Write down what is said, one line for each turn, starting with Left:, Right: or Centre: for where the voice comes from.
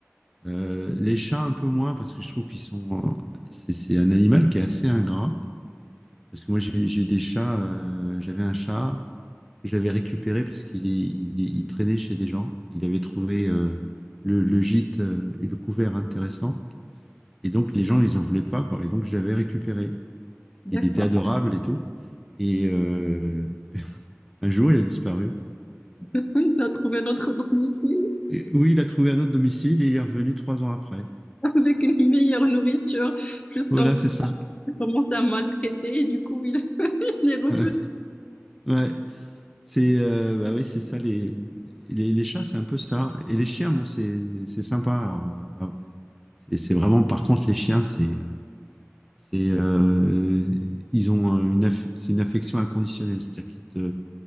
Centre: euh, les chats un peu moins parce que je trouve qu'ils sont. euh, C'est c'est un animal qui est assez ingrat. Parce que moi, j'ai j'ai des chats. euh, j'avais un chat que j'avais récupéré parce qu'il est- il, il traînait chez des gens. Il avait trouvé euh, le, le gîte euh, et le couvert intéressant. Et donc, les gens, ils en voulaient pas, quoi. Et donc, j'avais récupéré.
Left: D'accord,
Centre: Il était adorable et tout. Et euh, un jour, il a disparu.
Left: <laughs> il a trouvé notre domicile
Centre: Et oui, il a trouvé un autre domicile et il est revenu trois ans après.
Left: avec une meilleure nourriture jusqu'à
Centre: Voilà, c'est ça.
Left: commencer à maltraiter et du coup, il... Les revues.
Centre: <laughs> Ouais, c'est euh, bah oui, c'est ça les, les les chats, c'est un peu ça. Et les chiens, bon, c'est c'est sympa. Alors, euh, ah, c'est c'est vraiment, par contre, les chiens, c'est euh, c'est euh, ils ont un- une aff- c'est une affection inconditionnelle, c'est-à-dire qu'ils te